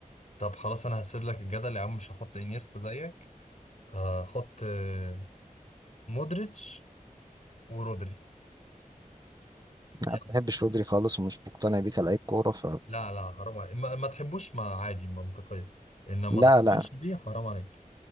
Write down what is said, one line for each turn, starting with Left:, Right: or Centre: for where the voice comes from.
Left: طب خلاص انا هسيب لك الجدل يا عم مش هحط انيستا زيك هحط آه، مودريتش ورودري
Right: انا
Left: يلا
Right: ما بحبش رودري خالص ومش مقتنع بيه كلاعب كوره ف
Left: لا لا حرام عليك ما, ما تحبوش ما عادي منطقية انما ما
Right: لا
Left: تقبلش
Right: لا
Left: بيه حرام عليك